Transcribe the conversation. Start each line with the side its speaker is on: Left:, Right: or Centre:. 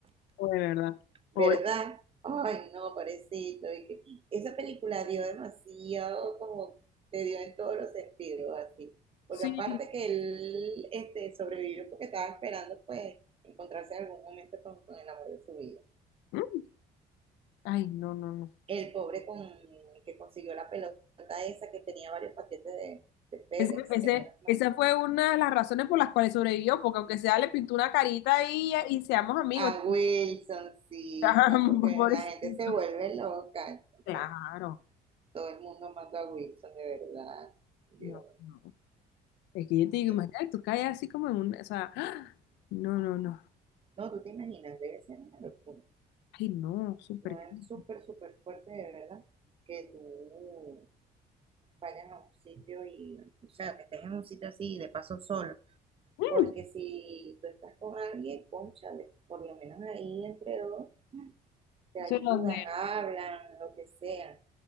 Left: De verdad. Pobre.
Right: ¿verdad? Ay, no, parecito. Y que esa película dio demasiado, como te dio en todos los sentidos, así. Porque
Left: Sí.
Right: aparte que él este, sobrevivió porque estaba esperando, pues, encontrarse en algún momento con, con el amor de su vida.
Left: Mm. Ay, no, no, no.
Right: el pobre con, que consiguió la pelota esa que tenía varios paquetes de, de FedEx,
Left: Ese, ese-
Right: que menos mal.
Left: esa fue una de las razones por las cuales sobrevivió, porque aunque sea le pintó una carita y, y seamos amigos.
Right: A Wilsoncita,
Left: <laughs>
Right: porque
Left: Pobrecito.
Right: la gente se vuelve loca, entonces
Left: Claro.
Right: todo el mundo manda a Wilson, de verdad. Dios,
Left: No, no. Es que yo te digo,
Right: sí.
Left: imagínate, tú caes así como en un, o sea, ¡ah! no, no, no.
Right: No, tú te imaginas, debe ser una locura.
Left: Ay, no, súper.
Right: No
Left: caro.
Right: es súper, súper fuerte, de verdad, que tú vayas a un sitio y, o sea, que estés en un sitio así, de paso solo.
Left: Mm,
Right: Porque si tú estás con alguien, cónchale por lo menos ahí entre dos, te ayudan,
Left: sé dónde.
Right: hablan, lo que sea,